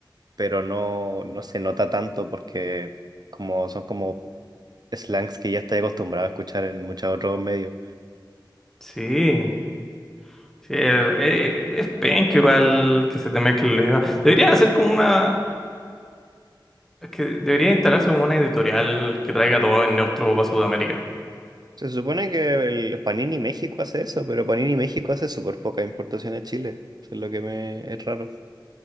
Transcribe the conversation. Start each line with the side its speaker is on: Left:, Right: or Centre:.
Right: pero no, no se nota tanto porque como son como slangs que ya estoy acostumbrado a escuchar en muchos otros medios.
Centre: Sí. Sí, es, e, es penca igual que se te mezcle la idea. Deberían hacer como una... Es que debería instalarse como una editorial que traiga todo en neutro para Sudamérica.
Right: Se supone que el Panini México hace eso, pero Panini México hace súper poca importación a Chile. Eso es lo que me es raro.